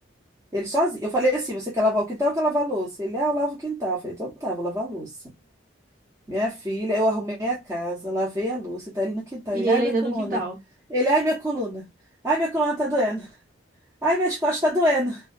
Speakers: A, on the right; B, on the right.
A: Ele sozinho. Eu falei assim: você quer lavar o quintal ou quer lavar a louça? Ele, ah, eu lavo o quintal. Eu falei, então tá, vou lavar a louça. Minha filha, eu arrumei a casa, lavei a louça, e tá ele no quintal.
B: E
A: Ele,
B: ele
A: ai, minha
B: ainda
A: coluna.
B: no quintal.
A: Ele, ai, minha coluna. Ai, minha coluna tá doendo. Ai, minhas costas tá doendo.